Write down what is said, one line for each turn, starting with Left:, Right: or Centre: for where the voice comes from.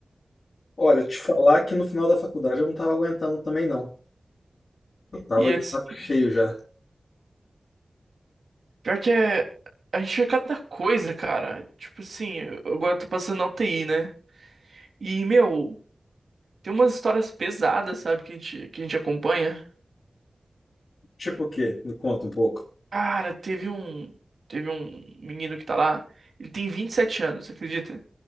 Left: olha, te falar que no final da faculdade eu não tava aguentando também, não. Eu tava
Right: E
Left: de
Right: assim,
Left: saco cheio já.
Right: pior que é. A gente vê cada coisa, cara. Tipo assim, eu- agora eu tô passando na UTI, né? E, meu, tem umas histórias pesadas, sabe, que a gente, que a gente acompanha.
Left: Tipo o quê? Me conta um pouco.
Right: Cara, teve um. Teve um menino que tá lá. Ele tem 27 anos, acredita?